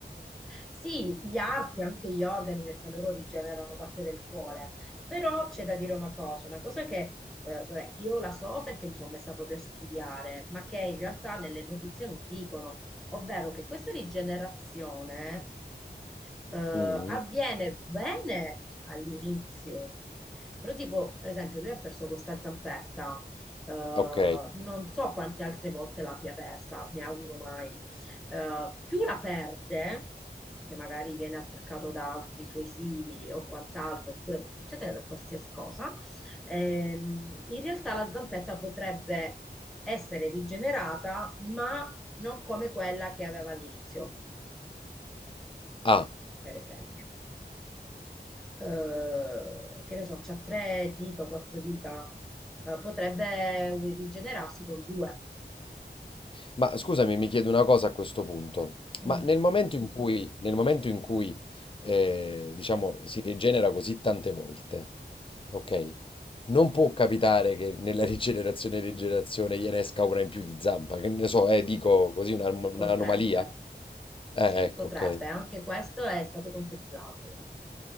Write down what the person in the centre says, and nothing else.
Sì, gli arti, anche gli organi, perché loro rigenerano parte del cuore. Però c'è da dire una cosa, una cosa che eh, vabbè, io la so perché mi sono messa proprio a studiare, ma che in realtà nelle notizie non dicono, ovvero che questa rigenerazione eh,
avviene bene all'inizio. Però tipo, per esempio, lui ha perso questa zampetta, eh, non
so quante altre volte l'abbia persa, mi auguro mai eh, più la perde, che magari viene attaccato da altri suoi simili o quant'altro, oppure può succedere qualsiasi cosa, ehm, in realtà la zampetta potrebbe essere rigenerata, ma non come quella che aveva all'inizio,
per esempio. Eh, che ne so, c'ha tre dita o quattro dita, eh, potrebbe rigenerarsi con due.
Mm,
potrebbe.
Sì,
potrebbe,
anche questo è stato contemplato.